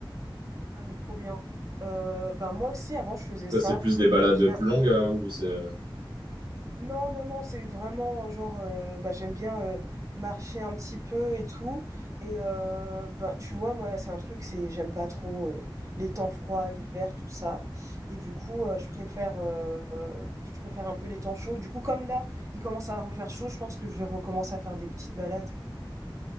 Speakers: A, on the right; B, on the right.
A: Ah, mais trop bien. Euh, ben moi aussi, avant, je faisais ça.
B: Ça, c'est plus des balades
A: Et j'ai
B: plus longues euh, ou c'est euh,
A: Non, non, non, c'est vraiment, euh, genre, heu, bah, j'aime bien, heu, marcher un petit peu et tout et heu, ben, tu vois, moi, c'est un truc, c'est j'aime pas trop, heu, les temps froids, l'hiver, tout ça et du coup, heu, je préfère, heu, je préfère un peu les temps chauds. Du coup, comme là, il commence à refaire chaud, je pense que je vais recommencer à faire des petites balades.